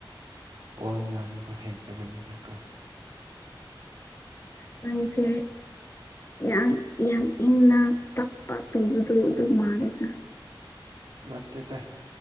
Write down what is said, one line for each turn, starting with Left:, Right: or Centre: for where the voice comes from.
Right: ꯋꯥ ꯉꯥꯡꯕ ꯍꯩꯇꯕꯅꯤꯅ ꯀꯣ
Left: ꯅꯪꯁꯦ ꯌꯥꯝ ꯌꯥꯝ ꯏꯪꯅ ꯇꯞꯄ ꯇꯨꯕꯗꯣ ꯑꯗꯨ ꯃꯥꯜꯂꯦꯗ
Right: ꯅꯠꯇꯦꯗ